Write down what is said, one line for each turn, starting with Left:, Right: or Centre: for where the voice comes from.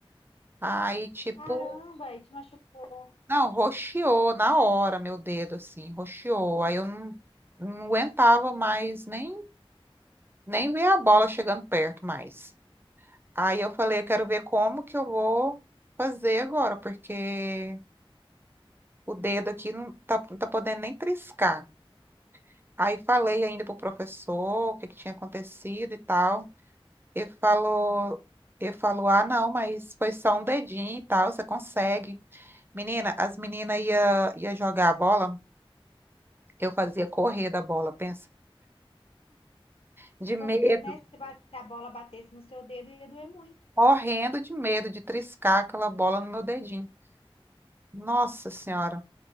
Right: Aí, tipo,
Left: Caramba, e te machucou.
Right: não, roxeou na hora meu dedo, assim, roxeou. Aí eu não, não aguentava mais nem, nem ver a bola chegando perto mais. Aí eu falei, eu quero ver como que eu vou fazer agora, porque o dedo aqui não tá, não tá podendo nem triscar. Aí falei ainda pro professor o que que tinha acontecido e tal. Ele falou, ele falou, ah, não, mas foi só um dedinho e tal, você consegue. Menina, as meninas ia, ia jogar a bola, eu fazia correr da bola, pensa. De medo,
Left: Porque, né, se ba- se a bola batesse no seu dedo ia doer muito.
Right: morrendo de medo de triscar aquela bola no meu dedinho. Nossa Senhora.